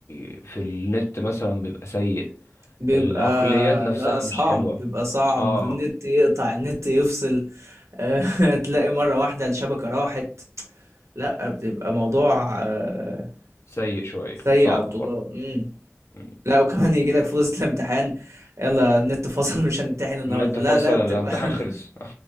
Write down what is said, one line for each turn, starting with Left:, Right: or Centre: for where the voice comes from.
Left: في النت مثلا بيبقى سيء
Right: بيبقى
Left: العقليات نفسها
Right: لا صعب
Left: مش حلوه
Right: بيبقى صعب
Left: اه
Right: النت يقطع النت يفصل <laughs> تلاقي مرة واحدة الشبكة راحت لا بتبقى موضوع آه،
Left: سيء شويه
Right: سيء
Left: صعب
Right: على الطلاب
Left: برضه
Right: مم.
Left: م.
Right: لا وكمان يجي لك في وسط الامتحان يلا النت فصل مش هنمتحن النهاردة
Left: النت
Right: لا
Left: فصل
Right: لا
Left: الامتحان
Right: بتبقى <laughs>
Left: خلص